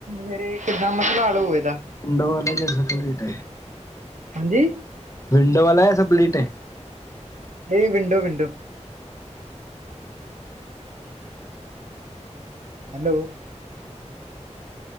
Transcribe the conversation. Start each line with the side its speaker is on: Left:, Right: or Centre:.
Right: ਫੇਰੇ ਕਿੱਦਾਂ ਮਸਲਾ ਹਲ ਹੋਵੇ ਇਹਦਾ?
Left: ਠੰਡ ਹੁੰਦਾ ਲੇਟ ਹੈ <unintelligible>
Right: ਹਾਂਜੀ।
Left: ਵਿੰਡੋ ਵਾਲਾ ਹੈ ਸਭ ਪਲੀਟ ਏ?
Right: ਏ ਵਿੰਡੋ-ਵਿੰਡੋ। ਹੈਲੋ।